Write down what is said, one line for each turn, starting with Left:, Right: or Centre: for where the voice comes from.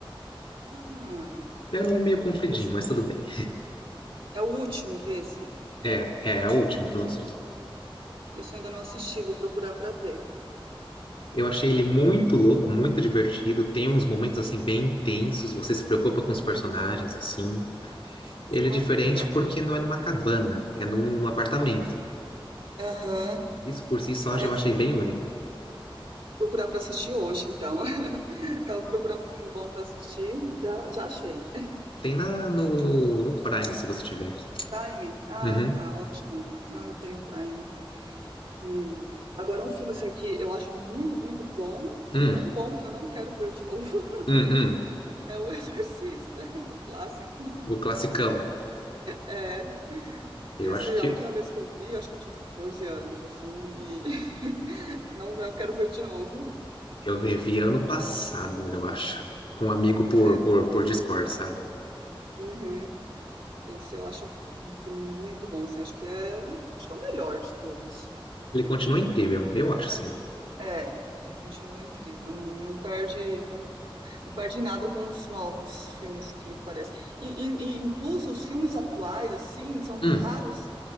Right: Ah,
Left: É um nome meio compridinho,
Right: esse
Left: mas tudo bem.
Right: é o último desse.
Left: É, é, é o último que lançou.
Right: Esse eu ainda não assisti. Vou procurar pra ver.
Left: Eu
Right: Procurar
Left: achei
Right: pra
Left: ele
Right: ver.
Left: muito louco, muito divertido. Tem uns momentos assim bem intensos, você se preocupa com
Right: Uhum.
Left: os personagens assim. Ele é
Right: Ai,
Left: diferente
Right: que legal.
Left: porque não é numa cabana, é num, num apartamento.
Right: Aham.
Left: Isso por si só
Right: Ah,
Left: já
Right: eu
Left: eu achei
Right: vou.
Left: bem único.
Right: procurar para assistir hoje, então. <laughs> Tava procurando um filme bom para assistir, já, já achei.
Left: Tem na, no, no, no Prime, se você tiver.
Right: Prime? Ah,
Left: Uhum.
Right: tá, ótimo. Não, eu tenho Prime. E agora um filme assim que eu acho muito, muito bom.
Left: Hum,
Right: É tão bom que eu não quero ver de novo. <laughs>
Left: hum, hum.
Right: É O Exorcista, <laughs> o clássico.
Left: O classicão.
Right: É,
Left: Eu
Right: esse
Left: acho que
Right: é a última vez que eu vi, acho que eu tinha uns 14 anos, assim, e <laughs> não, não quero ver de novo.
Left: eu revi ano passado, eu acho. Com um amigo por,
Right: É,
Left: por, por Discord, sabe?
Right: uhum. Esse eu acho um filme muito bom, assim, acho que é, acho que é o melhor de todos.
Left: Ele continua incrível, eu acho, sim.
Right: É, é, continua incrível. Não, não perde, com- não perde nada com os novos filmes que aparecem. E, e- e incluso os filmes atuais, assim, são
Left: Hum,
Right: raros